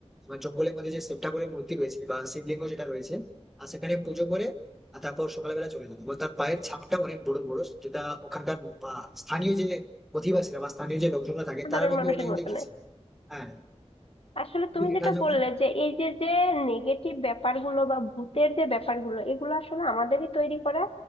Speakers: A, in the centre; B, on the left.
A: আমার জঙ্গলের মধ্যে যে শিবঠাকুরের মূর্তি রয়েছে বা শিবলিঙ্গ যেটা রয়েছে আর সেখানে পুজো করে আর তারপর সকালবেলা চলে যাবে এবং তার পায়ের ছাপটা অনেক বড় বড় যেটা ওখানকার আহ, স্থানীয় যে অধিবাসীরা বা স্থানীয় যে লোকজনরা থাকে
B: সাধারণ
A: তারা নাকি
B: মানুষের
A: অনেক
B: মতো
A: দেখেছে
B: নয়
A: হ্যাঁ
B: আসলে
A: কিন্তু
B: তুমি
A: এটা
B: যেটা
A: যখন
B: বললে যে এই যে যে নেগেটিভ ব্যাপারগুলো বা ভূতের যে ব্যাপারগুলো এগুলো আসলে আমাদেরই তৈরি করা